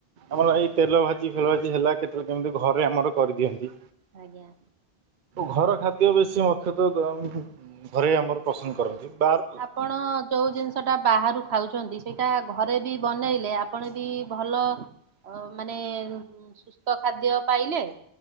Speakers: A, on the right; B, on the right.
A: ଆମର ଏଇ ତେଲ ଭାଜି ଫେଲ ଭାଜି ହେଲା କେତେବେଳେ କେମିତି ଘରେ ଆମର କରିଦିଅନ୍ତି।
B: ଆଜ୍ଞା
A: ଘର ଖାଦ୍ୟ ବେଶୀ ମୁଖ୍ୟତଃ ଘରେ ଆମର ପସନ୍ଦ କରନ୍ତି ବାଃ
B: ଆପଣ ଯୋଉ ଜିନିଷଟା ବାହାରୁ ଖାଉଛନ୍ତି ସେଇଟା ଘରେ ବି ବନେଇଲେ ଆ ଆପଣ ବିି ଭଲ ମାନେ ସୁସ୍ଥ ଖାଦ୍ୟ ପାଇଲେ।